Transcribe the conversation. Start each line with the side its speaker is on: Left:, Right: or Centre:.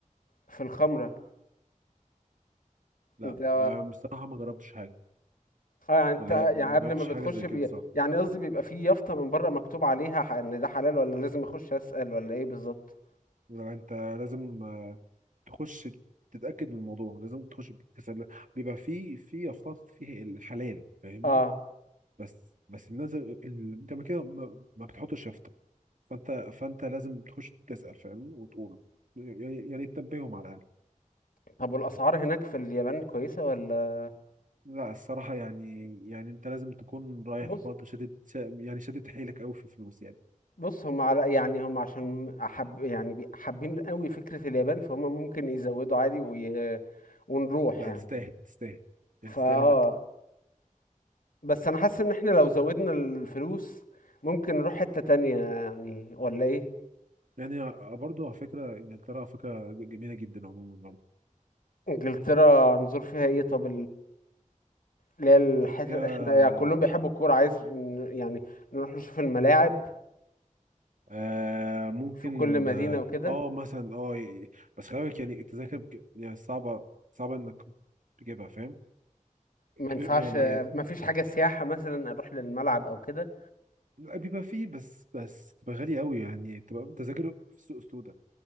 Left: في الخمره
Right: لا
Left: ده
Right: آه، بصراحة ما جربتش حاجة
Left: اه يعني انت
Right: ما جا-
Left: يعني
Right: ما
Left: قبل
Right: جربتش
Left: ما بتخش
Right: حاجة زي
Left: بي...
Right: كده صح
Left: يعني قصدي بيبقى فيه يافطة من بره مكتوب عليها ح- ان ده حلال ولا لازم اخش اسأل ولا ايه بالظبط
Right: لا، انت لازم آه، تخش تتأكد من الموضوع لازم تخش تسأل بيبقى في في أفكار فيه الحلال فاهمني
Left: اه
Right: بس بس الناس اللي انت ما كده ما ما بتحطش يافطة فانت فانت لازم تخش تسأل فاهمني وتقول يعني يعني تنبههم على الأقل
Left: طب والاسعار هناك في اليابان كويسة ولا
Right: لا الصراحة يعني يعني انت لازم تكون رايح
Left: بص
Right: برضه شادد شا- يعني شادد حيلك قوي في فلوس يعني
Left: بص هم على يعني هم عشان حب يعني بي- حابين قوي فكرة اليابان فهم ممكن يزودوا عادي وي... ونروح
Right: لا
Left: يعني
Right: تستاهل تستاهل يعني
Left: فا
Right: تستاهل
Left: اه
Right: انك
Left: بس انا حاسس ان احنا لو زودنا الفلوس ممكن نروح حتة تانية يعني ولا ايه
Right: يعني برضه على فكرة إنجلترا على فكرة جميلة جدا عموما برضه
Left: انجلترا نزور فيها ايه طب اللي هي الحتت
Right: فيها
Left: احنا يعني كلهم بيحبوا الكورة عايز ن- يعني نروح نشوف الملاعب
Right: آه ممكن
Left: في كل مدينة
Right: اه
Left: وكده
Right: آه، مثلا اه ي- بس خلي بالك يعني التذاكر بك- يعني صعبة صعبة إنك تجيبها فاهم
Left: ما ينفعش
Right: يعني
Left: ما فيش حاجة سياحة مثلا اروح للملعب او كده
Right: لا، بيبقى فيه بس بس تبقى غالية أوي يعني تبقى تذاكر في السوق السوداء